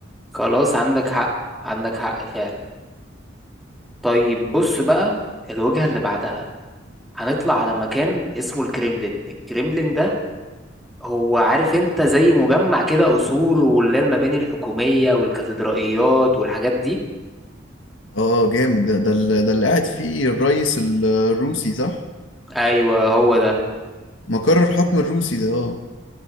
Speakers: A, in the centre; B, on the left.
A: خلاص عندك حق عندك حق فعلا طيب بص بقى الوجهة اللي بعدها هنطلع على مكان اسمه الكريملين الكريملين ده هو عارف انت زي مجمع كده قصور واللي هي المباني الحكومية والكاتدرائيات والحاجات دي
B: اه جامد ده ده اللي ده اللي قاعد فيه الرئيس الروسي صح
A: ايوه هو ده
B: مقر الحكم الروسي ده اه